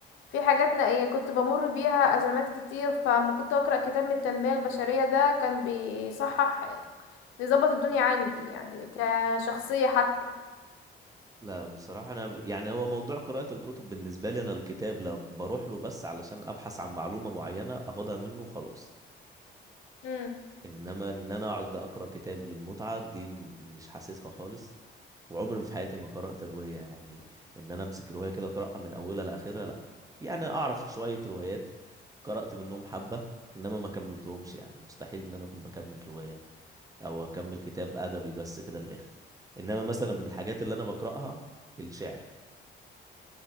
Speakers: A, on the left; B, on the right.
A: في حاجات نائية كنت بمر بيها أزمات كتير فما كنت أقرأ كتاب من التنمية البشرية ده كان بيصحح بيظبط الدنيا عندي يعني كشخصية حتى
B: لا بصراحة انا يعني هو موضوع قراءة الكتب بالنسبة لي انا الكتاب لا بروح له بس علشان ابحث عن معلومة معينة اخدها منه وخلاص
A: مم.
B: انما ان انا اقعد اقرا كتاب للمتعه دي م- مش حاسسها خالص وعمري ما في حياتي ما قرات روايه يعني ان انا امسك روايه كده اقراها من اولها لاخرها لا يعني اعرف شويه روايات قرات منهم حبه انما ما كملتهمش يعني مستحيل ان انا اكون بكمل روايه او اكمل كتاب ادبي بس كده للاخر انما مثلا من الحاجات اللي انا بقراها الشعر